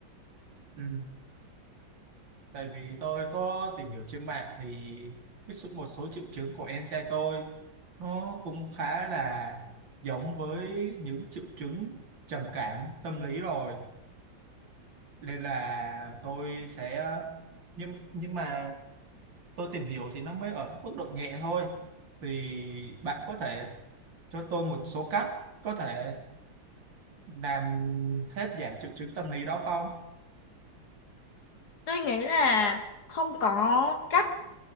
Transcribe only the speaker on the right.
ừ. tại vì tôi có tìm hiểu trên mạng thì cái số- một số triệu chứng của em trai tôi nó cũng khá là giống với những triệu chứng trầm cảm tâm lý rồi nên là tôi sẽ nhưng nhưng mà tôi tìm hiểu thì nó mới ở mức độ nhẹ thôi thì bạn có thể cho tôi một số cách có thể làm hết giảm triệu chứng tâm lý đó không